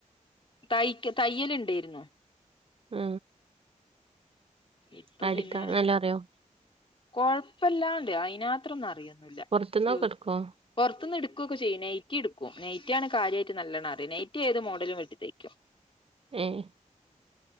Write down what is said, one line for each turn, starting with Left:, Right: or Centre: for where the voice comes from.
Left: തയ്ക്ക തയ്യൽ ഇണ്ടായിന്നോ
Right: ആ
Left: ഇപ്പൊ
Right: അടിക്കാ
Left: പിന്നെ
Right: നല്ല അറിയോ
Left: കൊഴപ്പല്ലാണ്ട് അയിനത്രൊന്നും അറിയന്നില്ല
Right: പൊറത്ത്ന്നൊക്കെ
Left: ജ
Right: എടുക്കോ
Left: പുറത്തുന്ന് എടു കാക്കെ ചെയ്യും നൈറ്റി എടുക്കും നെയറ്റ ആണ് കാര്യമായിട്ട് നല്ലണ്ണ നൈറ്ററ്റ് ഏത് മോഡലും വെട്ടി തൈക്കും
Right: ഏഹ്